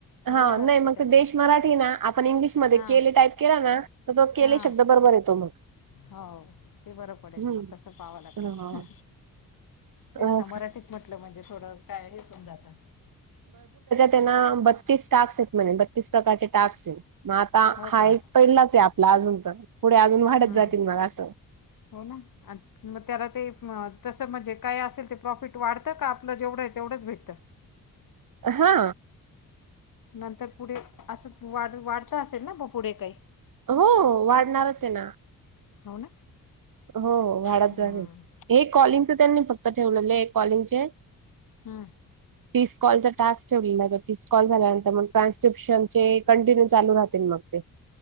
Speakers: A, on the right; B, on the left.
A: हा
B: वेळ लागतो
A: नाही मग
B: त्याला
A: ते देश मराठी ना आपण इंग्लिशमध्ये
B: हां
A: केले टाईप केला ना तर तो केले
B: हां
A: शब्द बरोबर येतो मग,
B: हो ते बरं पडेल
A: हम्म
B: मग तस पावं लागल
A: हा
B: तेच
A: अ,
B: ना मराठी, तेच म्हटलं म्हणजे थोड कायलच होउन जात.
A: तेन बतीस टास म्ह बतीस प्रचे टास्स मग आ
B: हो
A: हा
B: का
A: एक पहिलाच अजून तर पुढे अजून वाढत
B: हम्म
A: जातील मला असं,
B: हो ना, आणि मग त्याला ते तसं म्हणजे काय असेल ते प्रॉफिट वाढतं का आपलं जेवढं आहे तेवढंच भेटतं.
A: हा..
B: नंतर पुढे असं वाढ वाढचां असेल ना ब पुढे काही,
A: हो वाढणारच ये ना.
B: हो ना,
A: हो हो वाडात
B: हां
A: झाइ हे कॉलिंगच त्यांनी फक्त ठेवलेले कॉलिंगचे,
B: हा,
A: तीस कॉलचा टास्क ठेवलेलं नाही तर तीस कॉल झाल्यानंतर मग ट्रान्स्क्रिप्शनचे कंटिन्यू चालू राहतील मग ते.